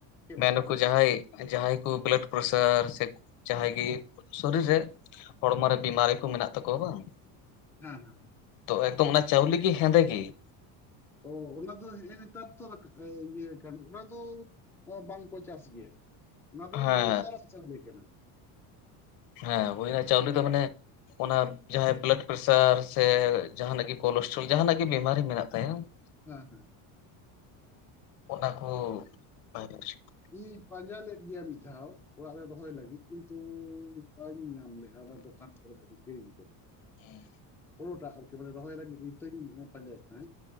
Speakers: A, in the centre; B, on the left.
A: ᱪᱮᱫ
B: ᱢᱮᱱ
A: ᱞᱮᱠᱟ
B: ᱟᱠᱩ
A: ᱨᱮ
B: ᱡᱟᱦᱟᱸᱭ, ᱡᱟᱸᱦᱟᱸᱭ ᱠᱚ ᱵᱮᱞᱟᱰ ᱯᱨᱮᱥᱟᱨ ᱥᱮ ᱡᱟᱸᱦᱟᱸᱭ ᱜᱮ ᱥᱚᱨᱤᱨ ᱨᱮ, ᱦᱚᱲᱢᱚ ᱨᱮ ᱵᱤᱢᱟᱨᱤ ᱠᱚ ᱢᱮᱱᱟᱜ ᱛᱟᱠᱚᱣᱟ ᱵᱟᱝ ᱾
A: ᱦᱮᱸ ᱦᱮᱸ ᱾
B: ᱛᱚ ᱮᱠᱫᱚᱢ ᱚᱱᱟ ᱪᱟᱣᱞᱮ ᱜᱮ ᱦᱮᱸᱫᱮ ᱜᱮ ᱾
A: ᱚ ᱚᱱᱟ ᱫᱚ ᱦᱮᱜ-ᱮ ᱱᱮᱛᱟᱨ ᱛᱚ ᱤᱭᱟᱹ ᱚᱱᱟ ᱫᱚ ᱵᱟᱝᱠᱚ ᱪᱟᱥ ᱜᱮᱭᱟ ᱚᱱᱟ ᱫᱚ
B: ᱦᱮᱸ
A: ᱱᱮᱛᱟᱨ ᱟᱜ ᱪᱟᱣᱞᱮ ᱠᱟᱱᱟ ᱾
B: ᱦᱮᱸ ᱵᱚᱭᱦᱟ ᱪᱟᱣᱞᱮ
A: ᱱᱮᱛᱟᱨ
B: ᱫᱚ ᱢᱟᱱᱮ, ᱚᱱᱟ ᱡᱟᱸᱦᱟᱸᱭ ᱵᱮᱞᱟᱰ ᱯᱨᱮᱥᱟᱨ ᱥᱮ ᱡᱟᱸᱦᱟᱱᱟᱜ ᱜᱮ ᱠᱳᱞᱮᱥᱴᱨᱚᱞ ᱡᱟᱸᱦᱟᱱᱟᱜ ᱜᱮ ᱵᱤᱢᱟᱨᱤ ᱢᱮᱱᱟᱜ ᱛᱟᱭᱟ ᱾
A: ᱦᱮᱸ ᱦᱮᱸ ᱾
B: ᱚᱱᱟ ᱠᱚ ᱾
A: ᱤᱧᱤᱧ ᱯᱟᱸᱡᱟ ᱞᱮᱫ ᱜᱮᱭᱟ ᱢᱤᱫ ᱫᱷᱟᱣ ᱚᱲᱟᱜ ᱨᱮ ᱨᱚᱦᱚᱭ ᱞᱟᱹᱜᱤᱫ ᱾ ᱠᱤᱱᱛᱩ ᱵᱟᱹᱧ ᱧᱟᱢ ᱞᱮᱫ-ᱟ, ᱚᱱᱟ ᱫᱚᱠᱟᱱ ᱠᱚᱨᱮ ᱟᱨᱠᱤ ᱠᱤᱨᱤᱧ ᱛᱮ᱾
B: ᱦᱮᱸ
A: ᱦᱳᱲᱳᱴᱟᱜ ᱟᱨᱠᱤ ᱢᱟᱱᱮ ᱨᱚᱦᱚᱭ ᱞᱟᱹᱜᱤᱫ ᱤᱛᱟᱹᱧ ᱯᱟᱸᱡᱟᱭᱮᱫ ᱛᱟᱦᱮᱫ᱾